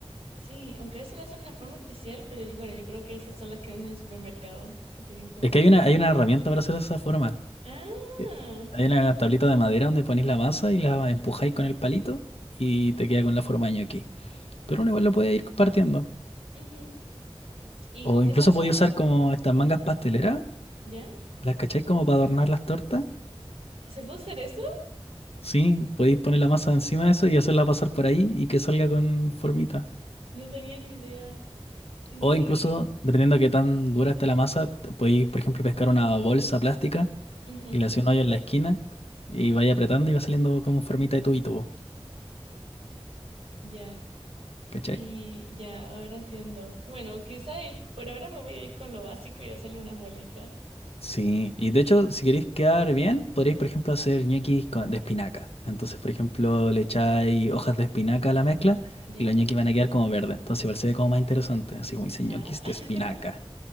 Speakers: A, on the right; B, on the left.
A: sí, aunque a veces la hacen de una forma especial, pero yo- bueno, yo creo que esas son las que venden en el supermercado, que tienen como...
B: Es que hay una, hay una herramienta para hacer esa forma.
A: Ah,
B: ¿Qué? Hay una tablita de madera donde ponéis la masa y la empujáis con el palito y te queda con la forma de ñoqui. Pero uno igual lo puede ir partiendo.
A: ujú. ¿Y
B: O
A: con qué
B: incluso
A: salsa?
B: podéis usar como estas
A: ¿Mm?
B: mangas pasteleras,
A: ¿Ya?
B: ¿las cacháis como para adornar las tortas?
A: ¿Se puede usar eso?
B: Sí, podéis poner la masa encima de eso y hacerla pasar por ahí y que salga con formita.
A: No tenía ni idea. Y,
B: O incluso,
A: y-
B: dependiendo de qué tan dura está la masa, te podéis, por ejemplo, pescar una bolsa plástica
A: ujú,
B: Y le hacía un hoyo en la esquina y vaya apretando y va saliendo como en formita de tubito, po,
A: ya,
B: ¿cachai?
A: y ya, ahora entiendo. Bueno, quizá y- por ahora me voy a ir con lo básico y hacerle unas bolitas.
B: Sí, y de
A: Y
B: hecho, si queréis quedar bien, podríais, por ejemplo, hacer ñoquis con- de espinaca. Entonces, por ejemplo, le echáis hojas de espinaca a la mezcla
A: ya,
B: y los ñoquis van a quedar como verdes. Entonces, igual se ve como más interesante, así como dice ñoquis
A: ah.
B: de espinaca.
A: <laughs>